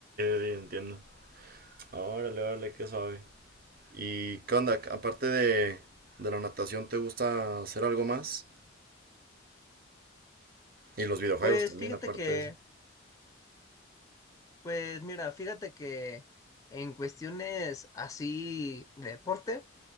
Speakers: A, on the right; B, on the left.
A: sí, entiendo. Órale, órale, qué suave. ¿Y qué onda? Aparte de, de la natación, ¿te gusta hacer algo más? Y los videojuegos
B: Pues
A: también,
B: fíjate
A: aparte
B: que,
A: de eso.
B: pues mira, fíjate que en cuestiones así de deporte,